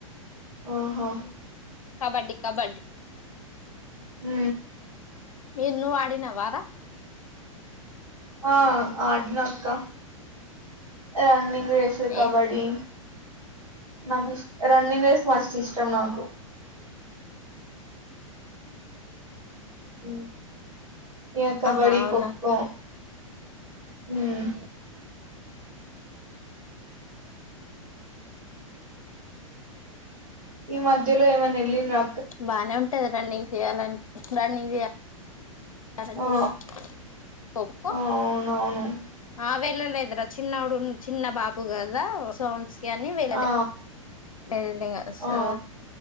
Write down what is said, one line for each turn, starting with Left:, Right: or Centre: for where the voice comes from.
Right: ఆహా!
Left: కబడ్డీ కబడ్డీ
Right: మ్
Left: మీరు నువ్ ఆడినావారా?
Right: ఆ ఆడ్నఅక్క రన్నింగ్ రేస్ కబడ్డీ
Left: ఏ
Right: నాగుస్ రన్నింగ్ రేస్ మస్త్ ఇష్టం నాకు మ్ ఇక కబడ్డీ
Left: ఆహా అవునా
Right: ఖో ఖో మ్ ఈ మధ్యలో ఏమైనా ఎల్లిండ్రా?
Left: బానే ఉంటది రన్నింగ్ చేయాలంట్ రన్నింగ్ చేయా అది అంతే
Right: ఆ
Left: ఇగ <unintelligible>
Right: ఆ అవునవును
Left: ఆ వెళ్ళలేదురా చిన్నోడు చిన్న బాబు కదా సో అం స్కి అన్ని వెళ్ళలే
Right: ఆ
Left: లేదంటే ఇంగ సో
Right: ఆ